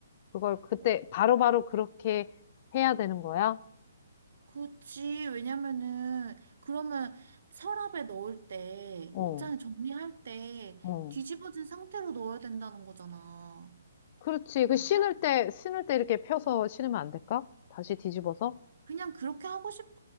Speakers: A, on the left (about 40°); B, on the right (about 60°).
A: 그걸 그때
B: 오,
A: 바로바로 그렇게 해야 되는 거야?
B: 그치. 왜냐면은 그러면 서랍에 넣을 때
A: 어,
B: 옷장에 정리할 때
A: 어.
B: 뒤집어진 상태로 넣어야 된다는 거잖아.
A: 그렇지. 그
B: 아니야?
A: 신을 때, 신을 때 이렇게 펴서 신으면 안 될까? 다시 뒤집어서?
B: 그냥 그렇게 하고 싶어?